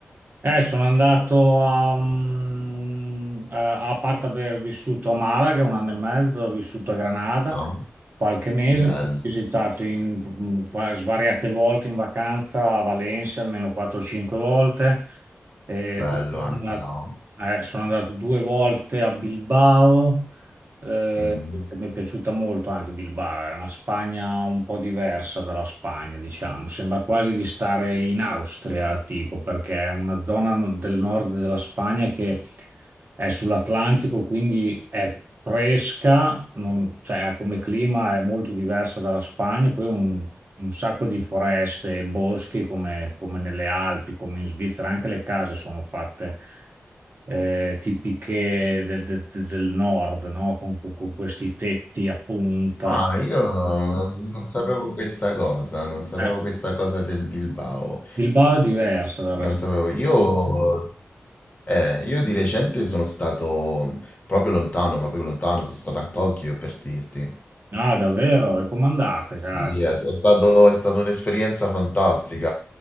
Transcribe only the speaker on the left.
Ah,
bello.
Bello
anche,
no?
Mm.
Ah, io non, non sapevo questa cosa, non sapevo
questa cosa del Bilbao.
Non
sapevo. Io, eh, io di recente sono stato proprio lontano, ma proprio lontano, sono stato a Tokyo per dirti.
Sì, è, è stato- è stata un'esperienza fantastica.